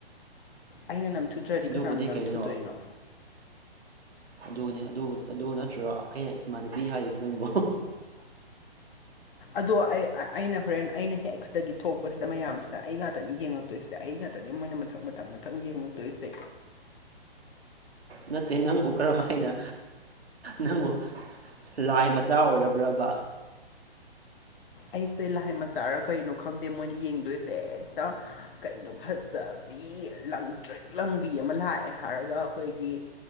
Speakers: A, on the left; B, on the right.
A: ꯑꯩꯅ ꯅꯝꯊꯨꯗ꯭ꯔꯗꯤ
B: ꯑꯗꯨꯕꯨꯗꯤ
A: ꯀꯅꯥꯅ ꯅꯝꯊꯨꯗꯣꯏꯅꯣ
B: ꯀꯩꯅꯣ ꯑꯗꯨꯅꯦ ꯑꯗꯨ ꯅꯠꯇ꯭ꯔꯣ ꯑꯩꯅ ꯏꯃꯥꯟꯅꯕꯤ ꯍꯥꯏꯔꯤꯁꯤ ꯅꯪꯕꯨ
A: ꯑꯗꯣ ꯑꯩ ꯑꯥ ꯑꯩꯅ ꯍꯣꯔꯦꯟ ꯑꯩꯅ ꯍꯦꯛ ꯁꯤꯗꯒꯤ ꯊꯣꯛꯄꯁꯤꯗ ꯃꯌꯥꯝꯁꯤꯗ ꯑꯩ ꯉꯥꯛꯇꯅꯤ ꯌꯦꯡꯉꯛꯇꯣꯏꯁꯦ ꯑꯩ ꯇꯅꯤ ꯃꯣꯏꯅ ꯃꯊꯪ ꯃꯊꯪ ꯃꯊꯪ ꯌꯦꯡꯉꯨꯛꯇꯣꯏꯁꯦ
B: ꯅꯠꯇꯦ ꯅꯪꯕꯨ ꯀꯔꯝꯥꯏꯅ ꯅꯪꯕꯨ ꯂꯥꯏ ꯃꯆꯥ ꯑꯣꯏꯔꯕ꯭ꯔꯕ
A: ꯑꯩꯁꯦ ꯂꯥꯏ ꯃꯆꯥꯔ ꯀꯩꯅꯣ ꯈꯪꯗꯦ ꯃꯣꯏꯅ ꯌꯦꯡꯗꯣꯏꯁꯦ ꯍꯦꯛꯇ ꯀꯩꯅꯣ ꯐꯖ ꯕꯤ ꯂꯪꯇ꯭ꯔꯤꯛ ꯂꯪꯕꯤ ꯑꯃ ꯂꯥꯛꯑꯦ ꯍꯥꯏꯔꯒ ꯑꯩꯈꯣꯏꯒꯤ